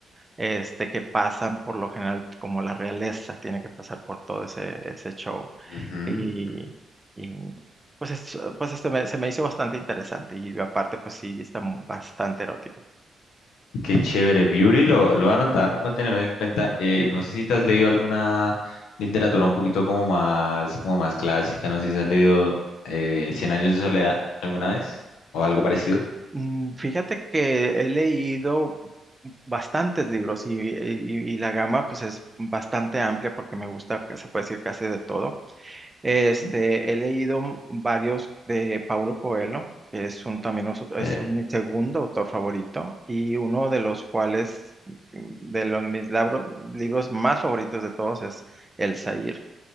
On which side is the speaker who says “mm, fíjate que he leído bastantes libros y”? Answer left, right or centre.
Right